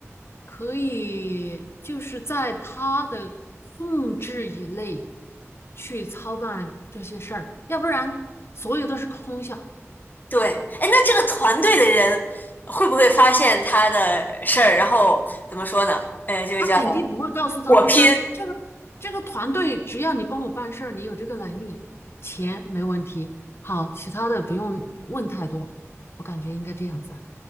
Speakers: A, on the left; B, on the left.
A: 可以就是在他的控制以内去操办这些事儿，要不然所有都是空想。
B: 对。哎，那这个团队的人会不会发现他的事儿，然后怎么说呢？呃，这个叫
A: 他肯定不会告诉他们呀。
B: 火拼。
A: 这个这个团队，只要你帮我办事儿，你有这个能力，钱没问题。好，其他的不用问太多，我感觉应该这样子啊